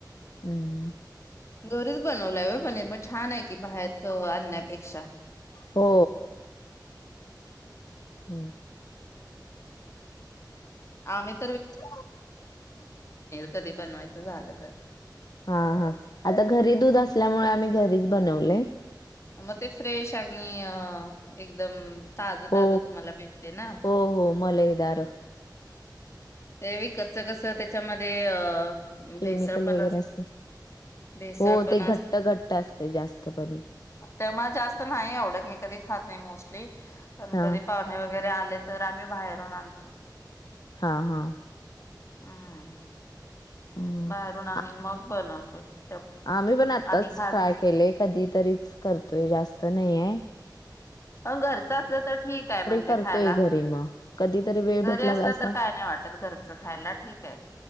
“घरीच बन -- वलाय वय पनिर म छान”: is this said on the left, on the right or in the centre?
Left